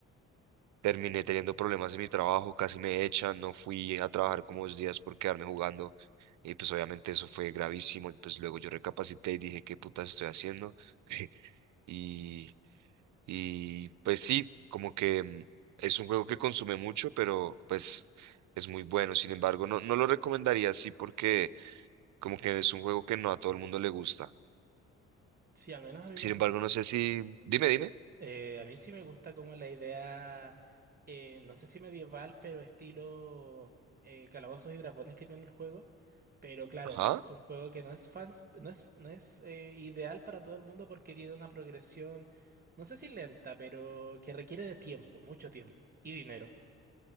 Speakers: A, on the right (about 70°); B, on the right (about 30°).
A: terminé teniendo problemas en mi trabajo. Casi me echan, no fui a trabajar como dos días por quedarme jugando. Y pues obviamente eso fue gravísimo. y, Pues luego yo recapacité y dije, ¿qué putas estoy haciendo? <laughs> Y, y pues sí, como que mm, es un juego que consume mucho, pero pues es muy bueno. Sin embargo, no, no lo recomendaría así porque como que es un juego que no a todo el mundo le gusta.
B: Sí, al menos a mí
A: Sin
B: me gusta.
A: embargo, no sé si... Dime, dime.
B: Eh, a mí sí me gusta como la idea, eh, no sé si medieval, pero estilo eh, Calabozos y Dragones que tiene el juego. Pero claro,
A: Ajá.
B: es un juego que no es fans, no es, no es eh, ideal para todo el mundo porque tiene una progresión, no sé si lenta, pero que requiere de tiempo, mucho tiempo y dinero.